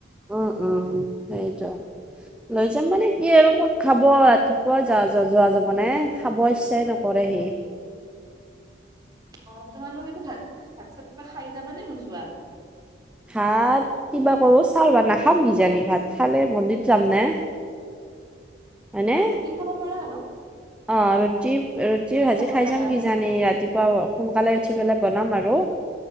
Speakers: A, in the centre; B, on the right.
A: উম - উম সেইতো। লৈ যাম মানে কি আৰু কত খাব ৰাতিপুৱা যা - যা কা যোৱা যাব নে। <unintelligible> খাব ইচ্ছাই নকৰে হি।
B: অ, তোমালোকেতো ভাত-ভাত চাত কিবা খাই যাবা নে নোযোৱা?
A: ভাত কিবা কৰো ছাও ৰবা ভাত নাখাম কিজানি ভাত খালে মন্দিত যাম নে। হয়নে
B: ৰুটি খাব পাৰো আৰু।
A: অ, ৰুটি - ৰুটি ভাজি
B: খাব
A: খাই
B: পাৰা
A: যাম কিজান ৰাতিপুৱা সোনকালে উঠি পেলাই বনাম আৰু